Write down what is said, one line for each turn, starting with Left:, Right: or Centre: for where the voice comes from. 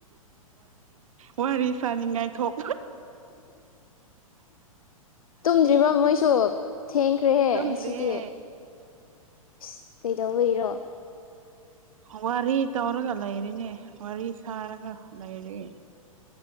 Right: ꯋꯥꯔꯤ ꯁꯥꯅꯤꯡꯉꯥꯏ ꯊꯣꯛ
Left: ꯇꯨꯝꯗ꯭ꯔꯤꯕ ꯃꯣꯏꯁꯨ ꯊꯦꯡꯈ꯭ꯔꯦꯍꯦ
Right: ꯇꯨꯝꯗ꯭ꯔꯤꯌꯦ
Left: ꯉꯁꯤꯗꯤ ꯏꯁ ꯀꯩꯗꯧꯕꯩꯔꯣ
Right: ꯋꯥꯔꯤ ꯇꯧꯔꯒ ꯂꯩꯔꯤꯅꯦ ꯋꯥꯔꯤ ꯁꯥꯔꯒ ꯂꯩꯔꯦ